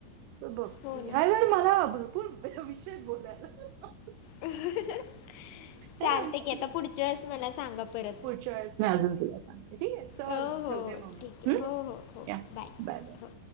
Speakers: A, on the right; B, on the left.
A: त बघ
B: हो
A: ह्या
B: ना
A: वेळी माला भरपूर विषयत बोलायला अं, हं, अं
B: अं, हं, हं, चालते
A: है ना?
B: घी
A: की
B: आता पुढच्या वेलेस मला सांगा परत.
A: पुढच्या वेळेस म अजून तुला सांगते ठीक आहे चल
B: हो
A: मग
B: हो
A: ठेवते मम्,
B: ठीक
A: मी
B: आहे हो हो हो
A: या बाय, बाय.
B: हो